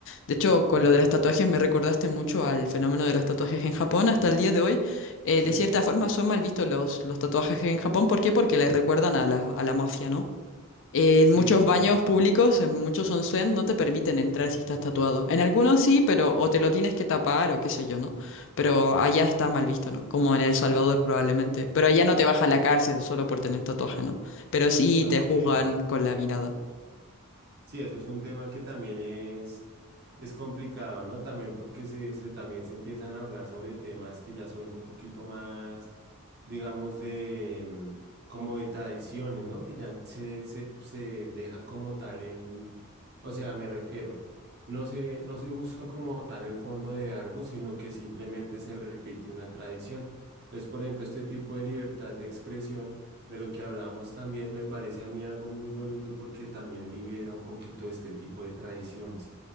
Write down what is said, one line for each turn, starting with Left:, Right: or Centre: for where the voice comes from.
Left: De hecho, con
Right: Ujú,
Left: lo de las tatuajes me recordaste mucho al fenómeno de los tatuajes en Japón. Hasta el día de hoy, eh,
Right: Sí,
Left: de cierta forma, son mal vistos los, los tatuajes en Japón. ¿Por qué? Porque les recuerdan a la, a la mafia, ¿no? En
Right: sí,
Left: muchos
Right: tienes
Left: baños
Right: razón.
Left: públicos, en muchos onsen, no te permiten entrar si estás tatuado. En algunos sí, pero o te lo tienes que tapar o qué sé yo, ¿no? Pero allá está mal visto, ¿no? Como en El Salvador probablemente. Pero allá no te baja a la cárcel solo por tener tatuaje, ¿no? Pero sí
Right: Ok.
Left: te juzgan con la mirada.
Right: Sí, eso es un tema que también es Es complicado, ¿no? También porque se, se- también se empiezan a hablar sobre temas que ya son un poquito más, digamos, de mm, como de tradiciones, ¿no? Que ya se, se, se deja como tal el, o sea, me refiero, no se, no se busca como tal el fondo de algo, sino que simplemente se repite una tradición. Entonces, por ejemplo, este tipo de libertad de expresión, de lo que hablábamos también, me parece a mí algo muy bonito porque también libera un poquito este tipo de tradiciones.